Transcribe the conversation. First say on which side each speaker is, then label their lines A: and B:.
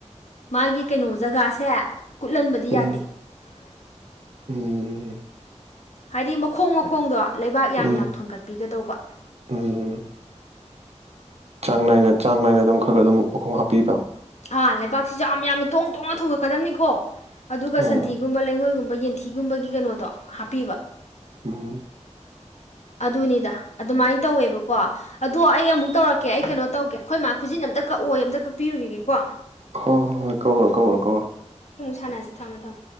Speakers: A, on the left; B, on the right.
A: ꯃꯥꯒꯤ ꯀꯩꯅꯣ ꯖꯒꯥꯁꯦ ꯀꯨꯠꯍꯟꯕꯗꯤ
B: ꯎꯝ
A: ꯌꯥꯗꯦ
B: ꯎꯝ
A: ꯍꯥꯏꯗꯤ ꯃꯈꯣꯡ ꯃꯈꯣꯡꯗꯣ ꯂꯩꯕꯥꯛ ꯌꯥꯝ
B: ꯎꯝ
A: ꯌꯥꯝ ꯊꯣꯡꯒꯠꯄꯤꯒꯗꯧꯕ
B: ꯎꯝ ꯆꯥꯡ ꯅꯥꯏꯅ ꯆꯥꯡ ꯅꯥꯏꯅ ꯑꯗꯨꯝ ꯈꯔ ꯈꯔ ꯑꯗꯨꯝ ꯃꯈꯣꯡ ꯍꯥꯞꯄꯤꯕ
A: ꯑꯥ ꯂꯩꯕꯥꯛꯁꯤꯁꯨ ꯑꯥꯝ ꯌꯥ ꯊꯣꯡ ꯇꯣꯡꯅ ꯊꯣꯡꯉꯛꯀꯗꯕꯅꯤꯀꯣ ꯑꯗꯨꯒ
B: ꯑꯣ
A: ꯁꯟꯊꯤꯒꯨꯝꯕ ꯂꯩꯉꯣꯏꯒꯨꯝ ꯌꯦꯟꯊꯤꯒꯨꯝꯕꯒꯤ ꯀꯩꯅꯣꯗꯣ ꯍꯥꯞꯄꯤꯕ
B: ꯎꯝ
A: ꯑꯗꯨꯅꯤꯗ ꯑꯗꯨꯃꯥꯏꯅ ꯇꯧꯋꯦꯕꯀꯣ ꯑꯗꯣ ꯑꯩ ꯑꯃꯨꯛ ꯇꯧꯔꯛꯀꯦ ꯑꯩ ꯀꯩꯅꯣ ꯇꯧꯒꯦ ꯑꯈꯣꯏ ꯃꯥ ꯈꯨꯖꯤꯟ ꯑꯝꯇ ꯀꯛꯑꯣꯏ ꯑꯝꯇ ꯀꯛꯄꯤꯔꯨꯈꯤꯒꯦꯀꯣ
B: ꯍꫭ ꯍꯣ ꯍꯣꯏ ꯀꯛꯎꯔꫭ ꯀꯛꯎꯔꫭ ꯀꯛꯎꯔꫭ
A: ꯁꯥꯅꯁꯦ ꯊꯝꯃꯣ ꯊꯝꯃꯣ